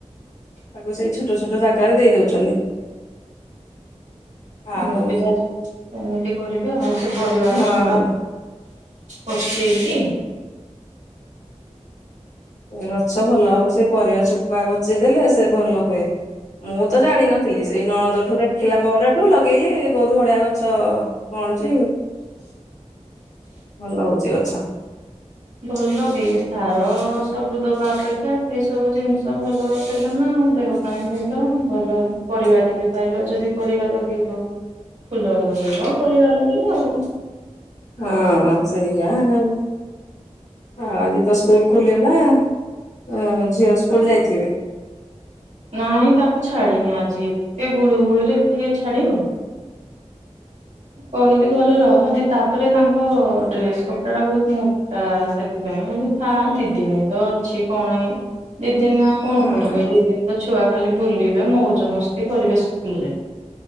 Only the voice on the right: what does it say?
ମୁଁ ବି ସେମିତି କରିବେ ଆଉ ସେ ପ ପରିବା
ଚୋପା ପଚେଇକି
ଭଲ ବି ସାର ସବୁ ଦବା ଅପେକ୍ଷା ସେଇ ସବୁ ଜିନିଷ ଭଲ ଦେଲ ନା ଆଉ ଦେହ ପାଇଁ ଭଲ ଭଲ ପରିବା ଟିକେ ପାଇଲ ଯଦି ପରିବା ଲଗେଇବ ଫୁଲ ଲଗେଇବ ପରିବା ଲଗେଇବ ଆଉ।
ନାଇଁ ତାକୁ ଛାଡିନି ଆଜି ଏତେ ଗୁଳୁଗୁଳିରେ କିଏ ଛାଡିବ କହିଲି ଘରେ ରହଦେ ତାପରେ ତାଙ୍କ ଡ୍ରେସ କପଡା ଟା ବହୁତ ମୋଟା ସେଥିପାଇଁ କହିଲି ଥା ଦିଦିନି ତ ଅଛି କଣ ଏଇ ଦି ସିମା କଣ
ପଢିବେ ଦି ଛୁଆ ଖାଲି ବୁଲିବେ ମଉଜ ମସ୍ତି କରିବେ ସ୍କୁଲରେ।